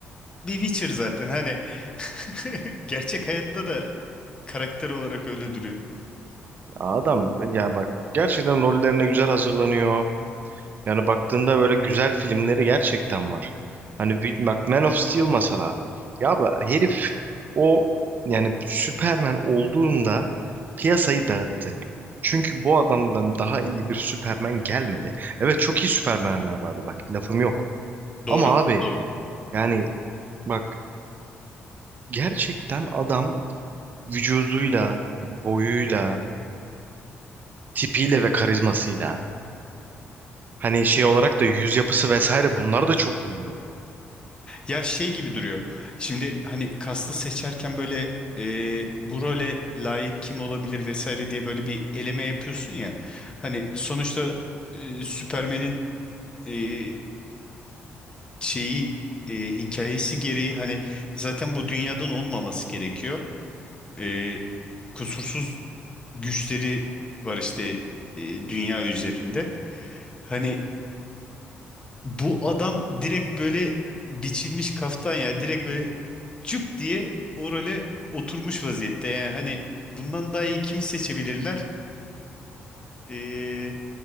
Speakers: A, on the left (about 20°); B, on the right (about 45°).
A: bir Witcher zaten. Hani <laughs> gerçek hayatta da karakter olarak öyle duruyor.
B: Adam ya bak gerçekten rollerine güzel hazırlanıyor. Yani baktığında böyle güzel filmleri gerçekten var. Hani bir- bak Man of Steel mesela. Ya bu herif o yani Superman olduğunda piyasayı dağıttı. Çünkü bu adamdan daha iyi bir Superman gelmedi. Evet çok iyi Superman'ler vardı bak lafım yok.
A: Doğru.
B: Ama abi
A: Doğru.
B: yani bak gerçekten adam vücuduyla, boyuyla, tipiyle ve karizmasıyla hani şey olarak da yüz yapısı vesaire bunlar da çok uyuyor.
A: Ya şey gibi duruyor. Şimdi hani kastı seçerken böyle e, bu role layık kim olabilir vesaire diye böyle bir eleme yapıyorsun ya. Hani sonuçta e, Süpermen'in e, e, şeyi e, hikayesi gereği hani zaten bu dünyadan olmaması gerekiyor. E, kusursuz güçleri var işte e, dünya üzerinde. Hani Bu adam direkt böyle biçilmiş kaftan ya. Direkt böyle cüp diye o role oturmuş vaziyette. Yani hani bundan daha iyi kimi seçebilirler? Ee,